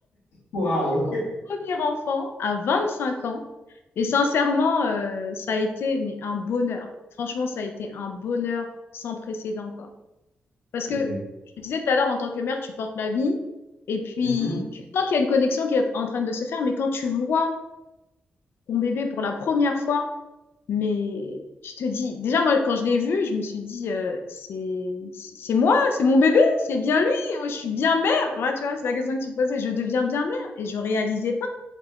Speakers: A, on the left (about 80°); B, on the left (about 70°).
A: Waouh!
B: J'ai eu mon
A: <laughs>
B: premier enfant à 25 ans. Et sincèrement, euh, ça a été mais un bonheur. Franchement, ça a été un bonheur sans précédent, quoi. Parce
A: Ok.
B: que je te disais tout à l'heure, en tant que mère, tu portes la vie et puis
A: Mhm,
B: tu sens qu'il y a une connexion qui est en train de se faire, mais quand tu vois ton bébé pour la première fois, mais tu te dis, déjà moi, quand je l'ai vu, je me suis dit, euh, c'est c'est moi, c'est mon bébé, c'est bien lui, moi, je suis bien mère. Voilà, tu vois, c'est la question que tu posais, je deviens bien mère et je réalisais